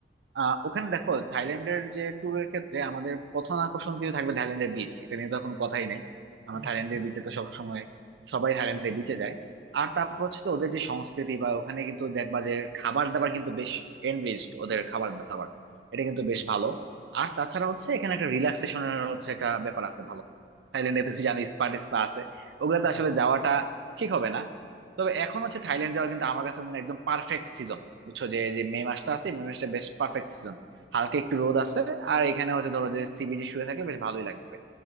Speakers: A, on the right; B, on the right.
A: আহ ওখানে দেখো থাইল্যান্ডের যে ট্যুরের ক্ষেত্রে আমাদের প্রথম আকর্ষণ কিন্তু থাকবে থাইল্যান্ডের বিচ এটা নিয়ে তো কোনো কথাই নাই আমরা
B: হুম
A: থাইল্যান্ডের
B: হুম
A: বিচে তো সবসময় সবাই থাইল্যান্ডের বিচে যায় আর তারপর হচ্ছে তো ওদের যে সংস্কৃতি বা ওখানে কিন্তু দেখবা যে খাবার দাবার কিন্তু বেশ এনরিচড ওদের খাবার দাবার এটা কিন্তু বেশ ভালো আর তাছাড়া হচ্ছে এখানে একটা রিল্যাক্সেশনের হচ্ছে একটা ব্যাপার আছে ভালো থাইল্যান্ডে তুমি জানো স্পা টিস্পা আছে ওগুলোতে
B: হুম হুম
A: আসলে যাওয়াটা ঠিক হবে না তবে এখন হচ্ছে থাইল্যান্ড যাওয়ার কিন্তু আমার কাছে মনে হয় একদম পারফেক্ট সিজন বুঝছো যে এই যে মে মাসটা আছে মে মাসটা বেশ পারফেক্ট সিজন হালকা একটু রোদ আছে আর এখানে হচ্ছে ধরো যে সি বিচে শুয়ে থাকলে বেশ ভালোই লাগবে